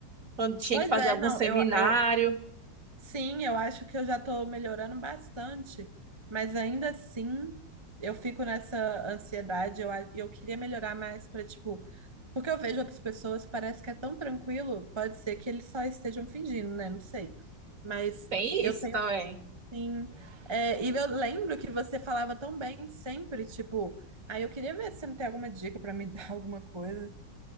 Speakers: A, on the right; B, on the right.
A: quando tinha
B: Pois
A: que fazer
B: é,
A: algum
B: não,
A: seminário,
B: eu, eu sim, eu acho que eu já tô melhorando bastante, mas ainda assim eu fico nessa ansiedade, eu, a- eu queria melhorar mais pra, tipo, porque eu vejo outras pessoas, parece que é tão tranquilo, pode ser que eles só estejam fingindo, né? Não sei. Mas
A: tem
B: eu
A: isso
B: tenho
A: também.
B: Sim. É, e eu lembro que você falava tão bem sempre, tipo, aí eu queria ver se você não tem alguma dica pra me dar <laughs> alguma coisa.